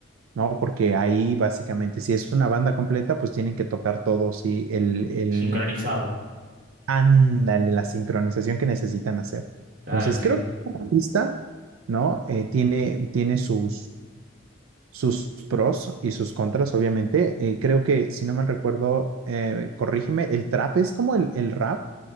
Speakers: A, on the right; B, on the right.
A: ¿no? Porque ahí básicamente, si es una banda completa, pues tienen que tocar todos y el, el,
B: sincronizado.
A: ándale, la sincronización que necesitan hacer.
B: Claro,
A: Entonces,
B: sí.
A: creo que la pista, ¿no? Eh, tiene, tiene sus sus pros y sus contras, obviamente. Eh, creo que, si no mal recuerdo, eh, corrígeme, el trap es como el, el rap,